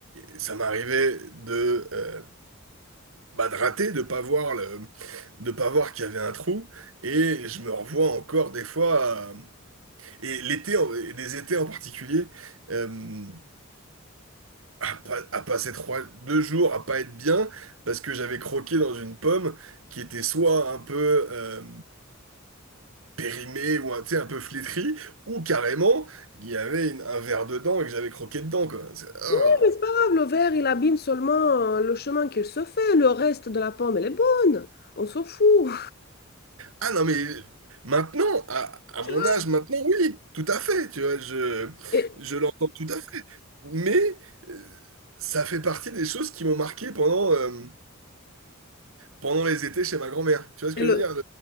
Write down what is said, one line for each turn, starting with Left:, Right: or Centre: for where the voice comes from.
Right: et ça m'arrivait de euh, bah, de rater, de pas voir le, de pas voir qu'il y avait un trou. Et je me revois encore des fois. à- Et l'été, en- et des étés en particulier. euh, à, pas- à passer trois, deux jours à pas être bien parce que j'avais croqué dans une pomme qui était soit un peu euh, périmée ou un, tu sais, un peu flétrie ou carrément il y avait une- un verre dedans et que j'avais croqué dedans quoi. C'est- Ah.
Left: Ouais, Mais c'est pas grave, le verre, il abîme seulement euh, le chemin qu'il se fait. Le reste de la pomme, elle est bonne. On s'en fout.
Right: Ah non mais maintenant à, à
Left: <laughs>
Right: mon
Left: Tu vois?
Right: âge maintenant oui tout à fait tu vois je
Left: Et,
Right: je l'entends tout à fait mais euh, ça fait partie des choses qui m'ont marqué pendant euh, pendant les étés chez ma grand-mère tu vois ce
Left: Et
Right: que
Left: le,
Right: je veux dire